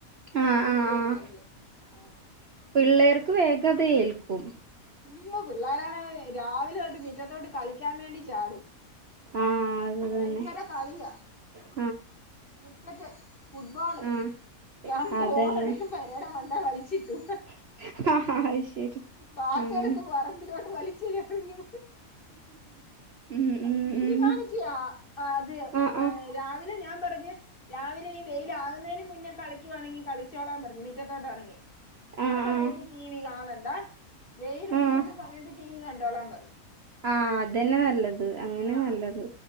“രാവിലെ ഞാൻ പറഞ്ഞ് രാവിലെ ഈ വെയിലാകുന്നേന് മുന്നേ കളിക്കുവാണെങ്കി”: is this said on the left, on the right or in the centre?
Left